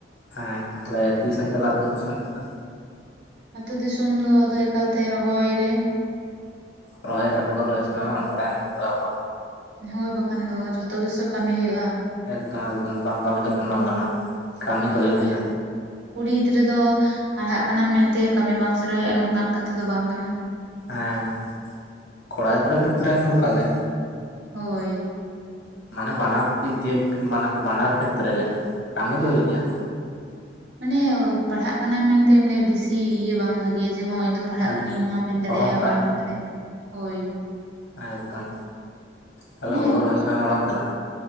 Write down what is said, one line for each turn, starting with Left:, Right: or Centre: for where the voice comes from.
Left: ᱦᱮᱸ ᱛᱟᱦᱚᱞᱮ ᱛᱤᱥᱮᱢ ᱪᱟᱞᱟᱜᱼᱟ ᱟᱹᱛᱩ ᱫᱤᱥᱚᱢ ᱥᱮᱫ ᱫᱚ?
Right: ᱟᱹᱛᱩ ᱫᱤᱥᱚᱢ ᱫᱚ ᱟᱫᱚ ᱮᱠᱟᱞᱛᱮ ᱨᱚᱦᱚᱭ ᱨᱮ
Left: ᱨᱚᱦᱚᱭ ᱨᱮ ᱦᱳᱲᱩ ᱨᱚᱦᱚᱭ ᱥᱚᱢᱚᱭ ᱵᱟᱝ ᱚᱲᱟᱜ ᱨᱮᱢ ᱜᱚᱲᱚ ᱟᱠᱚᱣᱟ
Right: ᱦᱳᱭ ᱵᱟᱠᱷᱟᱱ ᱫᱚ ᱡᱷᱚᱛᱚ ᱜᱮᱥᱮ ᱠᱟᱹᱢᱤ ᱦᱩᱭᱩᱜᱼᱟ
Left: ᱮᱠᱫᱚᱢ ᱮᱠᱫᱚᱢ ᱵᱟᱝ ᱠᱟᱹᱢᱤ ᱞᱮᱠᱷᱟᱱ ᱵᱟᱝ ᱜᱟᱱᱚᱜᱼᱟ ᱠᱟᱹᱢᱤ
Right: ᱦᱚ
Left: ᱫᱚ ᱦᱩᱭᱩᱜ
Right: ᱵᱟᱠᱟᱡ
Left: ᱜᱮᱭᱟ
Right: ᱫᱚ ᱠᱩᱲᱤ ᱜᱤᱫᱽᱨᱟᱹ ᱫᱚ ᱯᱟᱲᱦᱟᱜ ᱠᱟᱱᱟᱢ ᱢᱮᱱᱛᱮ ᱠᱟᱹᱢᱤ ᱵᱟᱝ ᱥᱮᱬᱟ ᱦᱩᱭᱩᱜᱼᱟ ᱱᱚᱝᱠᱟᱱ ᱠᱟᱛᱷᱟ ᱫᱚ ᱵᱟᱝ ᱠᱟᱱᱟ
Left: ᱦᱮᱸ ᱠᱚᱲᱟ ᱜᱤᱫᱽᱨᱟᱹ ᱠᱷᱮᱛᱨᱮ ᱦᱚᱸ ᱱᱚᱝᱠᱟ ᱜᱮ
Right: ᱦᱳᱭ
Left: ᱢᱟᱱᱮ ᱵᱟᱱᱟᱨ ᱫᱤᱠ ᱫᱤᱭᱮ ᱢᱟᱱᱮ ᱵᱟᱱᱟᱨ ᱠᱷᱮᱛᱨᱮ ᱜᱮ ᱠᱟᱹᱢᱤ ᱫᱚ ᱦᱩᱭᱩᱜ ᱜᱮᱭᱟ
Right: ᱢᱟᱱᱮ ᱯᱟᱲᱦᱟᱜ ᱠᱟᱱᱟᱢ ᱢᱮᱱᱛᱮ ᱢᱟᱱᱮ ᱵᱤᱥᱤ ᱤᱭᱟᱹ ᱵᱟᱝ ᱵᱷᱟᱜᱮᱭᱟ ᱡᱮ ᱦᱚᱸ ᱤᱧ ᱫᱚ ᱯᱟᱲᱦᱟᱜ
Left: ᱮᱠᱫᱚᱢ
Right: ᱠᱟᱱᱟᱹᱧ ᱱᱚᱣᱟ ᱵᱮᱧ ᱫᱟᱲᱮᱭᱟᱜᱼᱟ
Left: ᱚᱦᱚᱝᱠᱟᱨ
Right: ᱚᱱᱟ ᱵᱮᱧ ᱫᱟᱲᱮᱭᱟᱜᱼᱟ, ᱦᱳᱭ
Left: ᱮᱠᱫᱚᱢ ᱛᱟᱞᱦᱮ
Right: ᱢᱟᱱᱮ
Left: ᱦᱳᱲᱩ ᱨᱚᱦᱚᱭ ᱥᱚᱭ ᱚᱲᱟᱜ ᱮᱢ ᱪᱟᱞᱟᱜᱼᱟ?